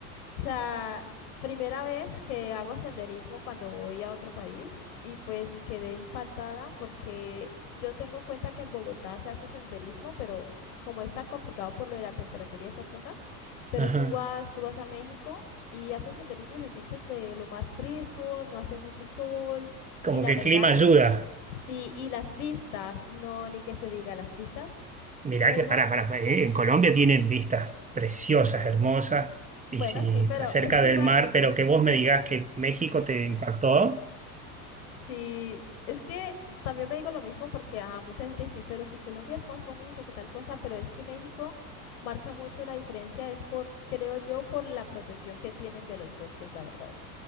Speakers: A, on the left (about 70°); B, on the right (about 15°).
A: O sea, primera vez que hago senderismo cuando voy a otro país y pues quedé impactada porque yo tengo en cuenta que en Bogotá se hace senderismo, pero como es tan complicado por lo de la temperatura y esas cosas, pero
B: Ajá.
A: tú vas, tú vas a México y haces senderismo y se siente de lo más fresco, no hace mucho sol
B: Como
A: y la
B: que
A: verdad,
B: el clima
A: l-
B: ayuda.
A: sí, y las vistas, no, ni que se diga las vistas,
B: Mirá
A: uno,
B: que para para eh, en Colombia tienen vistas preciosas, hermosas. Y
A: bueno,
B: si
A: sí, pero
B: estás cerca
A: es que
B: del
A: igual...
B: mar, pero que vos me digas que México te impactó,
A: Sí, es que también me digo lo mismo porque a mucha gente dice, pero si Colombia es más bonito, que tal cosa, pero es que México marca mucho la diferencia, es por, creo yo, por la protección que tienen de los bosques, la verdad.